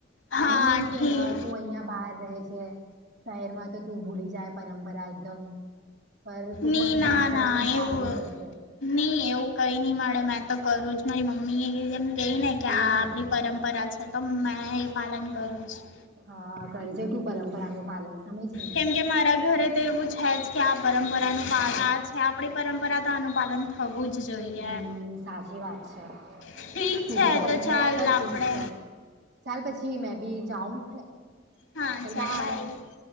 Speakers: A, on the left (about 70°); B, on the right (about 60°).
A: હા
B: એમ નહિ કે.
A: ઠીક
B: હા, તું અહિયાં બહાર રહે છે, શહેરમાં તો તું ભૂલી જાય, પરંપરા એકદમ પર તું
A: ની
B: પણ
A: ના
B: પરંપરાનું
A: ના
B: પાલન
A: એવું
B: કરજે.
A: નહી, એવું કઈ નહી મળે, મેં તો કરું જ મારી મમ્મી એમ કઈ ને કે,
B: એજ
A: આ આપણી
B: ને
A: પરંપરા છે, તો મે એ પાલન કરું છું.
B: હા કરજો, તું પરંપરા નું પાલન. સમયજી ને
A: કેમ કે મારા ઘરે જ. તો એવું છે, જ કે, આ પરંપરાનું પા આ છે, આપણી પરંપરા તો આનું પાલન થવું જ જોઈએ
B: હમ,
A: એમ
B: સાચી વાત છે.
A: ઠીક
B: તું
A: છે
B: બી પરંપરા
A: તો ચાલ
B: કર ઠિકજ
A: આપણે
B: છે, ચાલ, પછી મે બી જાઉં હેને.
A: હા
B: ચાલ
A: ચાલ્યા
B: બાય
A: એ.